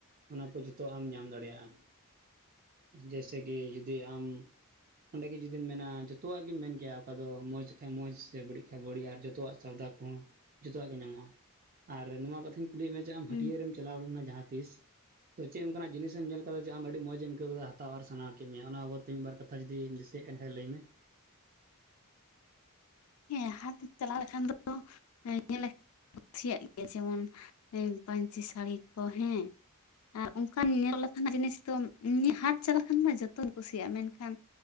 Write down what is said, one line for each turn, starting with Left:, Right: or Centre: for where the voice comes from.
Right: ᱚᱱᱟ ᱠᱚ ᱡᱚᱛᱷᱚ ᱟᱢ ᱧᱟᱢ ᱫᱟᱲᱮᱭᱟᱜᱼᱟ ᱡᱮᱭᱥᱮ ᱠᱤ ᱡᱩᱫᱤ ᱟᱢ ᱚᱸᱰᱮ ᱜᱮ ᱡᱩᱫᱤᱢ ᱢᱮᱱᱟ ᱡᱚᱛᱚᱣᱟᱜ ᱜᱮᱢ ᱢᱮᱱ ᱠᱮᱭᱟ ᱚᱠᱟ ᱫᱚ ᱢᱚᱡᱽ ᱠᱷᱟᱡ ᱢᱚᱡᱽ ᱥᱮ ᱵᱟᱹᱲᱤᱡ ᱠᱷᱟᱱ ᱵᱟᱹᱲᱤᱡ ᱟᱨ ᱡᱚᱛᱚᱣᱟᱜ ᱥᱟᱹᱣᱫᱟ ᱠᱚᱦᱚᱸ ᱡᱚᱛᱚᱣᱟᱜ ᱜᱮ ᱧᱟᱢᱚᱜᱼᱟ ᱟᱨ ᱱᱚᱣᱟ ᱠᱟᱛᱷᱟᱧ ᱠᱩᱞᱤᱭᱮᱫ ᱢᱮᱭᱟ ᱡᱮ ᱟᱢ
Left: ᱦᱩᱸ
Right: ᱦᱟᱹᱴᱭᱟᱹ ᱨᱮᱢ ᱪᱟᱞᱟᱣ ᱞᱮᱱᱟ ᱡᱟᱦᱟᱸ ᱛᱤᱥ? ᱛᱚ ᱪᱮᱫ ᱚᱱᱠᱟᱱᱟᱜ ᱡᱤᱱᱤᱥ ᱮᱢ ᱧᱮᱞ ᱟᱠᱟᱫᱟ ᱡᱮ ᱟ ᱟᱹᱰᱤ ᱢᱚᱡᱽ ᱮᱢ ᱟᱹᱭᱠᱟᱹᱣ ᱠᱮᱫᱟ ᱦᱟᱛᱟᱣ ᱟᱨ ᱥᱟᱱᱟᱣ ᱠᱮᱫ ᱢᱮᱭᱟ ᱚᱱᱟ ᱵᱟᱵᱚᱛ ᱢᱤᱫ ᱵᱟᱨ ᱠᱟᱛᱷᱟ ᱡᱩᱫᱤᱢ ᱫᱤᱥᱟᱹᱭᱮᱫ ᱠᱷᱟᱱ ᱞᱟᱹᱭ ᱢᱮ?
Left: ᱦᱮᱸ ᱦᱟᱴ ᱪᱟᱞᱟᱣ ᱞᱮᱠᱷᱟᱱ ᱫᱚ ᱧᱮᱞᱼᱼ ᱠᱩᱥᱤᱭᱟᱜ ᱜᱮᱭᱟ ᱡᱮᱢᱚᱱ ᱯᱟᱹᱧᱪᱤ ᱥᱟᱹᱲᱤ ᱠᱚ ᱦᱮᱸ ᱟᱨ ᱚᱱᱠᱟᱱ ᱧᱮᱞ ᱞᱮᱠᱷᱟᱱ ᱡᱤᱱᱤᱥ ᱫᱚ ᱮᱢᱱᱤ ᱦᱟᱴ ᱪᱟᱞᱟ ᱞᱮᱠᱷᱟᱱ ᱢᱟ ᱡᱚᱛᱚᱧ ᱠᱩᱥᱤᱭᱟᱜᱼᱟ ᱢᱮᱱᱠᱷᱟᱱ